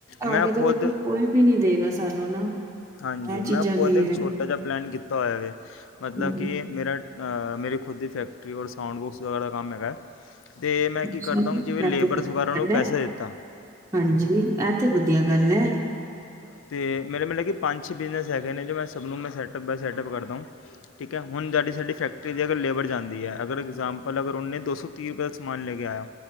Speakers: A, on the left (about 85°); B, on the right (about 15°).
A: ਮੈਂ
B: ਆਗੇ ਤਾਂ
A: ਖੁਦ
B: ਦੇਖੋ ਕੋਈ ਵੀ ਨਹੀਂੀ ਦੇਗਾ। ਸਾਨੂੰ ਨਾ।
A: ਹਾਂਜੀ
B: ਇਹ
A: ਮੈਂ
B: ਚੀਜ਼ਾਂ
A: ਖੁਦ
B: ਵੀ
A: ਇੱਕ ਛੋਟਾ
B: ਹੈ
A: ਜਿਹਾ ਪਲੈਨ ਕੀਤਾ ਹੋਇਆ ਵ ਮਤਲਬ
B: ਹੂੰ,
A: ਕਿ ਮੇਰਾ। ਮੇਰੀ ਖੁਦ ਦੀ ਫੈਕਟਰੀ ਔਰ ਸਾਊਂਡ ਬੁਕਸ ਵਗੈਰਾ ਦਾ ਕੰਮ ਹੈਗਾ। ਅਤੇ ਮੈਂ ਕੀ
B: ਅੱਛਾ
A: ਕਰਦਾ
B: ਜੀ
A: ਹਾਂ
B: ਹਾਂਜੀ
A: ਜਿਵੇਂ
B: ਇਹ
A: ਲੇਬਰਸ
B: ਤੇ ਵਧੀਆ
A: ਵਗੈਰਾ ਨੂੰ
B: ਗੱਲ
A: ਪੈਸੇ
B: ਹੈ।
A: ਦਿੱਤਾ
B: ਹਾਂਜੀ ਇਹ ਤੇ ਵਧੀਆ ਗੱਲ ਹੈ। <inaudible>
A: ਅਤੇ ਮੇਰੇ ਮਤਲਬ ਕਿ ਪੰਜ ਛੇ ਬਿਜ਼ਨਸ ਹੈਗੇ ਨੇ ।ਜੋ ਮੈਂ ਸਭ ਨੂੰ ਮੈਂ ਸੈਟਅੱਪ ਬਾਏ ਸੈਟਅੱਪ ਕਰਦਾ। ਠੀਕ ਹੈ ਹੁਣ ਸਾਡੀ ਸਾਡੀ ਫੈਕਟਰੀ ਦੀ ਅਗਰ ਲੇਬਰ ਜਾਂਦੀ ਹੈ ।ਅਗਰ ਇਗਜ਼ਾਮਪਲ ਅਗਰ ਉਹਨੇ ਦੋ ਸੌ ਤੀਹ ਰੁਪਏ ਦਾ ਸਮਾਨ ਲੈ ਕੇ ਆਇਆ